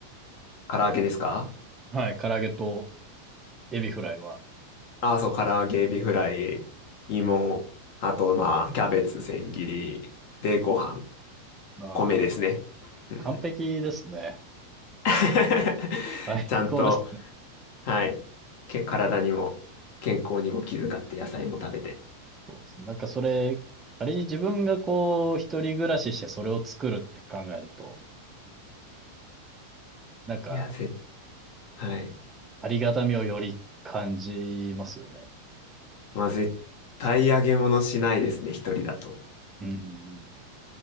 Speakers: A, on the left; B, on the right.
A: 唐揚げですか
B: はい。唐揚げとエビフライは。
A: ああ、そう、唐揚げ、エビフライ、芋、あと、まあ、キャベツ、千切り、で、ご飯、
B: ああ、
A: 米ですね。うんうん
B: 完璧ですね。
A: <laughs>
B: 最高です。
A: ちゃんと、はい。け、体にも、健康にも気遣って野菜も食べて。
B: そうですね。なんかそれ、仮に自分がこう、一人暮らししてそれを作るって考えると、なんか、
A: いや、ぜ、はい。
B: ありがたみをより感じますよね。
A: まあ、絶対揚げ物しないですね、一人だと。
B: うん。